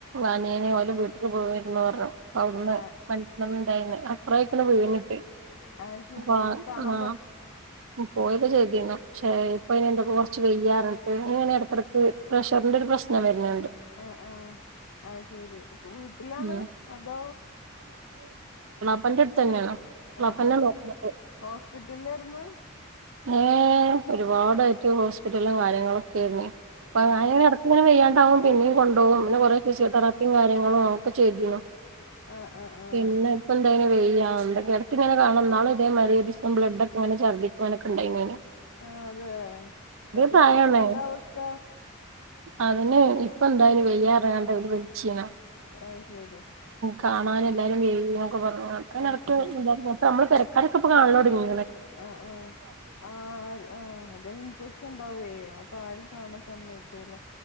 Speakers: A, on the right; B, on the left.
A: അനിയനെ ഓലും വീട്ടിക്ക് വര്ണ്ണ്ട് പറഞ്ഞു അവിടന്ന്
B: ആഹ്
A: പണീണ്ടായിന്ന് അത്ര ആയ്ക്കണ് വീണിട്ട്
B: ആത്ശെരി
A: അപ്പൊ
B: എന്നിട്ട് കാണാ
A: ആ പോയൊക്കെ ചെയ് തീനു പക്ഷേ ഇപ്പ അയിനെന്തെക്കെ കുറച്ച് വെയ്യാപറഞ്ഞിട്ട് ഇങ്ങനെ ഇടക്കിടത്ത് പ്രഷറിന്റെ ഒരു പ്രശ്നം വരുന്നുണ്ട്
B: ആഹ് ആഹ് ആ ആത്ശെരി ഇപ്പൊ വീട്ടിലാണ്
A: ഉം
B: അതോ
A: വാപ്പന്റെടുത്ത് തന്നെയാണ് വാപ്പാനെ
B: ആഹ് ആഹ്
A: നോക്കുന്നത്
B: ഹോസ്പിറ്റലിലായിരുന്നു
A: ഏ ഒരുപാടായിട്ട് ഹോസ്പിറ്റലും കാര്യങ്ങളൊക്കെയായിരുന്നു ഉപ്പങ്ങനെ
B: ആഹ് ആഹ്
A: നടക്കും പിന്നെവയ്യാണ്ടാവും പിന്നേം കൊണ്ടോവും പിന്നെ കൊറേ ഫിസിയോതെറാപ്പിയും കാര്യങ്ങ ളൊക്കെ ചെയ്തിനു
B: ആഹ് ആഹ് ആഹ് ആഹ്
A: പിന്നെ ഇപ്പെന്താനു വയ്യാ ആ ഇണ്ടെൻകി ഇടക്കിങ്ങനെ കാണും ഇന്നാളും ഇതേമാതിരി ഒരീസം ബ്ലഡ്ഡൊക്കെവന്ന് ഛർദിക്കാനൊക്കെണ്ടായെന്
B: ആ അതെ എന്നിട്ടിപ്പാ
A: പ്രായാണ്
B: ഇപ്പെന്താ അവസ്ഥ
A: അതിന് ഇപ്പ എന്തായെന് വയ്യാപറഞ്ഞ്ങ്ങാണ്ട് അവല് വിളിച്ചീന്
B: അത്ശെരി
A: കാണാൻ എല്ലാരും വെരീന്നൊക്കെ പറഞ്ഞു അങ്ങന
B: ആഹ്
A: എ
B: ആഹ്
A: നമ്മള് പെരക്കാരൊക്കെ കാണാൽ തൊടങ്ങീ
B: ആ ആ ആ അതേ ഇൻഫെക്ഷൻ ഉണ്ടാവേ അപ്പൊ ആരും കാണാൻ സമ്മയി യിക്കൂല